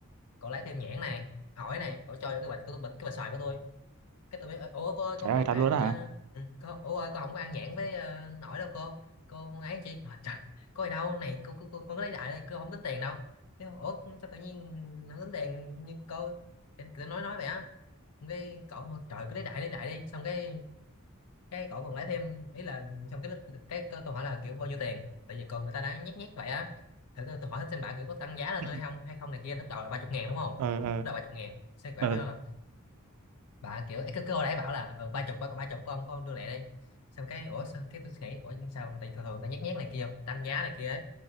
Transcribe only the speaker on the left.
cổ lấy thêm nhãn này hỏi này cổ cho vô cái bịch của tôi bịch cái bịch xoài của tôi cái tụi mới ủa cô ơi
con
không
có
ăn
ờ, ừ, con ủa ơi con không có ăn nhãn với ờ, nổi đâu cô cô ấy chị Hỏi, trời có gì đâu này cô, cô, cô con có lấy đại đây cô không tính tiền đâu Thế ủa sao tự nhiên không tính tiền như cô em cứ nói nói vậy á Xong cái cậu hỏi, trời cứ lấy đại lấy đại đi xong cái cái cậu còn lấy thêm ý là xong cái lúc- cái, cái tôi hỏi là kiểu bao nhiêu tiền tại vì còn người ta đang nhét nhét vậy á thử tôi, tôi hỏi xem bà kiểu có tăng giá lên
hay không hay không này kia lúc đầu là ba chục ngàn đúng không lúc
đầu ba chục ngàn xe quả
mới
là bà kiểu ấy, cứ cứ hồi nãy bảo là ờ, ba chục ba ba chục con con đưa lẹ đi xong cái ủa xong cái tôi suy nghĩ ủa nhưng sao tại thường thường ta nhét nhét này kia tăng giá này kia ấy